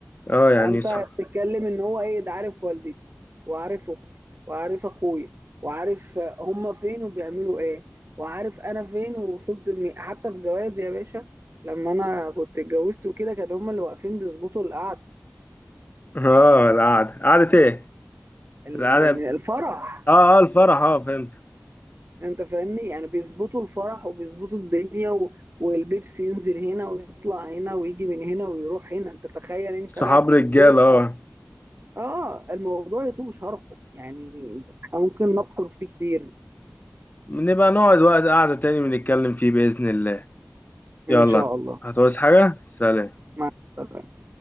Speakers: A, on the left; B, on the right.
A: اه يعني
B: فانت
A: صح
B: بتتكلم ان هو ايه ده عارف والدتي وعارف اختي وعارف اخويا وعارف هما فين وبيعملوا ايه وعارف انا فين ووصلت لمين حتى في جوازي يا باشا لما انا كنت اتجوزت وكده كانوا هما اللي واقفين بيظبطوا القعد
A: اه القعدة قعدة ايه
B: ال-
A: القعدة
B: يعني الفرح
A: اه اه الفرح اه فهمت
B: انت فاهمني يعني بيظبطوا الفرح وبيظبطوا الدنيا و... والبيبسي ينزل هنا ويطلع هنا ويجي من هنا ويروح هنا انت تخيل انت
A: صحاب
B: بقى
A: رجال
B: دول أر-
A: اه
B: اه الموضوع يطول شرحه يعني انت ممكن نبحر فيه كتير
A: نبقى نقعد وقت قعدة تاني بنتكلم فيه بإذن الله يلا
B: إن شاء الله
A: هتعوز حاجة سلام
B: مع السلامة